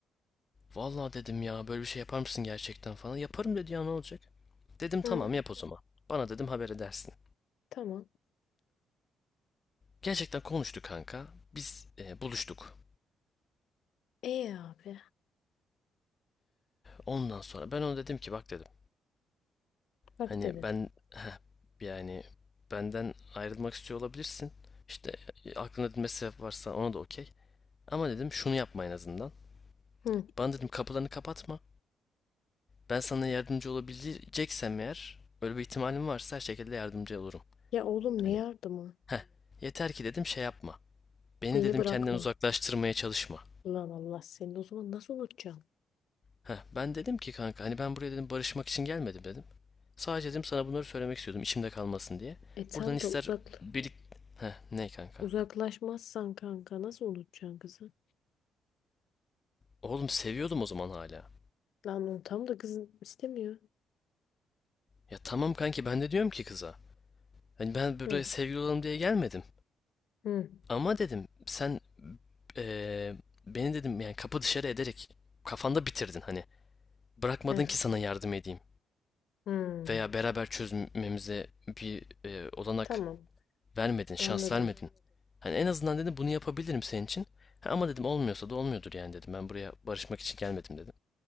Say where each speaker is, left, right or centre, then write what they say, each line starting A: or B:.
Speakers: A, on the left (about 35°); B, on the left (about 70°).
A: Vallahi dedim ya böyle bir şey yapar mısın gerçekten falan. Yaparım dedi ya ne olacak? Dedim tamam
B: Hı.
A: yap o zaman. Bana dedim haber edersin.
B: Tamam.
A: Gerçekten konuştu kanka. Biz e, buluştuk.
B: E abi.
A: Ondan sonra ben ona dedim ki bak dedim.
B: Bak
A: Hani
B: dedin.
A: ben heh, yani benden ayrılmak istiyor olabilirsin. İşte e, aklında dedim bir varsa ona da okey. Ama dedim şunu yapma en azından.
B: Hı.
A: Bana dedim kapılarını kapatma. Ben sana yardımcı olabileceksem eğer öyle bir ihtimalim varsa her şekilde yardımcı olurum.
B: Ya oğlum
A: Hani
B: ne yardımı?
A: heh, yeter ki dedim şey yapma. Beni
B: Beni
A: dedim
B: bırakma.
A: kendinden uzaklaştırmaya çalışma.
B: Ulan Allah seni o zaman nasıl unutacaksın?
A: Heh, ben dedim ki kanka hani ben buraya dedim barışmak için gelmedim dedim. Sadece dedim sana bunları söylemek istiyordum içimde kalmasın diye.
B: E tam
A: Buradan ister
B: da uzak
A: birlik... Heh, ne kanka?
B: uzaklaşmazsan kanka nasıl unutacaksın kızı?
A: Oğlum seviyordum o zaman hala.
B: Lan onu tam da kızın istemiyor.
A: Ya tamam kanki ben de diyorum ki kıza. Hani ben buraya
B: Hı,
A: sevgili olalım diye gelmedim.
B: hı,
A: Ama dedim sen eee, beni dedim yani kapı dışarı ederek kafanda bitirdin hani. Bırakmadın
B: he,
A: ki sana yardım edeyim.
B: hı.
A: Veya beraber çözmemize bir eee, olanak
B: Tamam,
A: Vermedin, şans
B: anladım.
A: vermedin. Hani en azından dedim bunu yapabilirim senin için. Ha, ama dedim olmuyorsa da olmuyordur yani dedim. Ben buraya barışmak için gelmedim dedim.